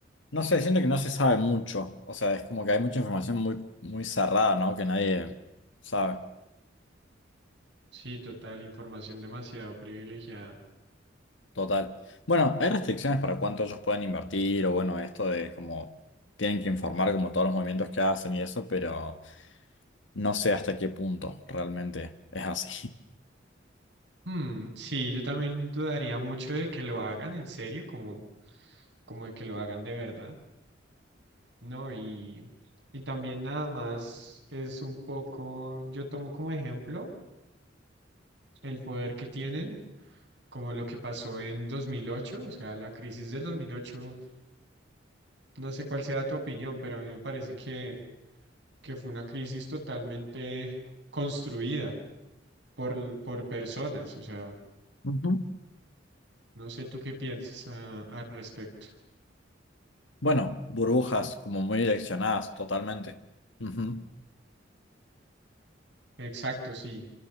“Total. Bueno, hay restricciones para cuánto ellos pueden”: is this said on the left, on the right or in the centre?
Left